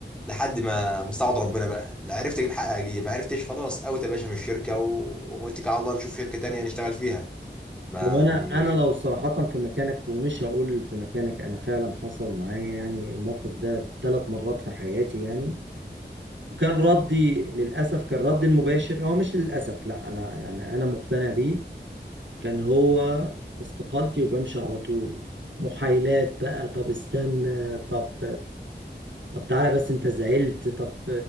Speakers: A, in the centre; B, on the right.
A: لحد ما مستعد ربنا بقى لا عرفت اجيب حق اجيب ما عرفتش خلاص اوت يا باشا من الشركه و- واتكل على الله نشوف شركه تانية نشتغل فيها ما
B: هو
A: يعني
B: انا انا لو صراحة في مكانك ومش هقول في مكانك انا فعلا حصل معايا يعني الموقف ده ثلاث مرات في حياتي يعني وكان ردي للاسف كان ردي المباشر هو مش للاسف لا انا يعني انا مقتنع بيه كان هو استقالتي وبمشي على طول محايلات بقى طب استنى طب طب تعالى بس انت زعلت طب